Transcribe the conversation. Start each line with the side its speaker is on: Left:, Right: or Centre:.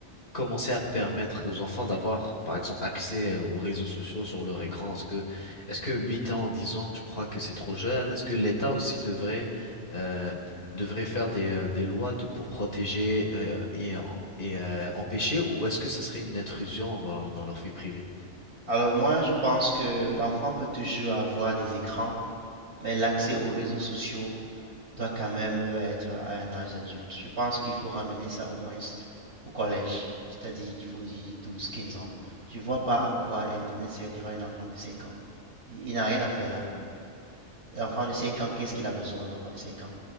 Left: commencer à permettre aux enfants d'avoir, par exemple, accès euh, aux réseaux sociaux sur leur écran? Est-ce que, est-ce que 8 ans, 10 ans, tu crois que c'est trop jeune? Est-ce que l'État aussi devrait, euh, devrait faire des, euh, des lois de- pour protéger, euh, et, et, euh, empêcher, ou est-ce que ça serait une intrusion dans, leur- dans leur vie privée?
Right: Alors moi, je pense que l'enfant peut toujours avoir des écrans, mais l'accès aux réseaux sociaux doit quand même être à un âge adulte. Je pense qu'il faut ramener ça au moins au collège, c'est-à-dire qu'il faut y 12-15 ans. Je ne vois pas en quoi Internet servira à un enfant de 5 ans. Il, il n'a rien à faire là. L'enfant de 5 ans, qu'est-ce qu'il a besoin, l'enfant de 5 ans?